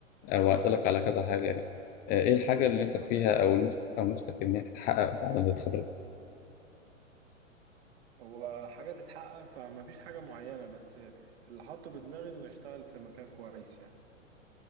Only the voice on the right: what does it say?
اتفضل
يا عم
هو حاجة تتحقق فمفيش حاجة معينة بس اللي حاطه في دماغي إن أشتغل في مكان كويس يعني